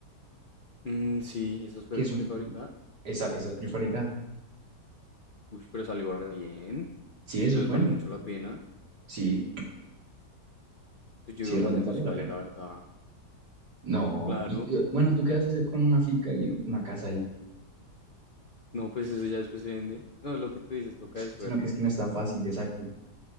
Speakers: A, on the left; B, on the right.
A: Mm, sí, esa es pre-
B: que es
A: prefabricada.
B: un, esa, esa es prefabricada?
A: Uy, pero salió bien.
B: Sí,
A: Entonces
B: eso es bueno,
A: vale mucho la pena.
B: sí,
A: Pues yo
B: sí,
A: veo
B: realmente
A: más negocio
B: vale la
A: ahí,
B: pena.
A: la verdad.
B: No,
A: Claro.
B: y eh, bueno, ¿tú qué vas a hacer con una finca y un- una casa ahí?
A: No, pues eso ya después se vende. No, lo que tú dices, toca de suerte.
B: Sino que es que no es tan fácil, exacto.